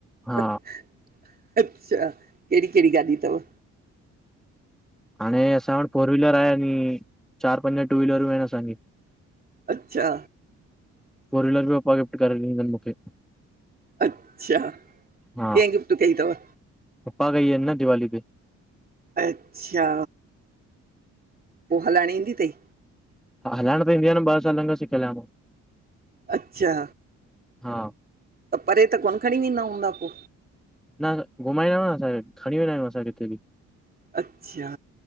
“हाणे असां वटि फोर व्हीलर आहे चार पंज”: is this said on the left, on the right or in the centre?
Centre